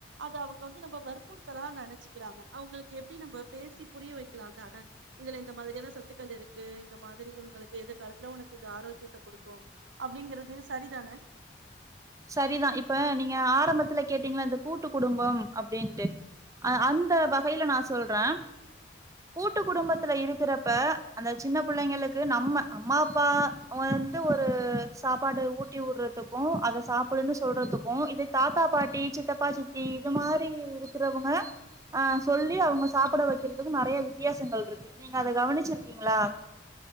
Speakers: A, on the right (about 75°); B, on the right (about 15°).
A: அத அவங் க வந்து நம்ப வற்புறுத்தலா நென சிக்கிறாங்க அவுங்ளுக்கு எப்டி நம்ப பேசி புரிய வெக்கலா தான இதுல இந் மாதிரியான சத்துக்கள் இருக்கு இந்த மாதிரி இவுங்ளுக்கு எதிர்காலத்துல உனக்கு இது ஆரோக்கியத்த குடுக்கு அப்டிங்கறது சரிதானே
B: சரிதா இப்ப நீங்க ஆரம்பத்துல கேட்டீங்கள இந்த கூட்டு குடும்ப அப்டின்ட்டு ஆ அந்த வகையில நா சொல்றே கூட்டு குடும்பத்துல இருக்கறப்ப அந்த சின்ன பிள்ளைங்களுக்கு நம்ப அம்மா அப்பா வந்து ஒரு சாப்பாடு ஊட்டி உடுறதுக்கு அத சாப்டுன்னு சொல்றதுக்கு இதே தாத்தா பாட்டி சித்தப்பா சித்தி இது மாரி இருக்குறவங்க ஆ சொல்லி அவங்க சாப்பட வைக்கறதுக்கு நெறைய வித்தியாசங்கள் இருக்கு நீங்க அத கவனிச்சிருக்கீங்களா